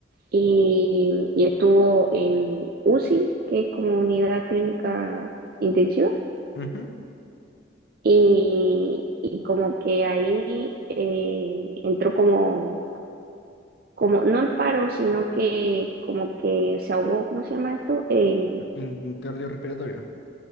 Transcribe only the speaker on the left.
Ujú.
En en cardiorrespiratorio.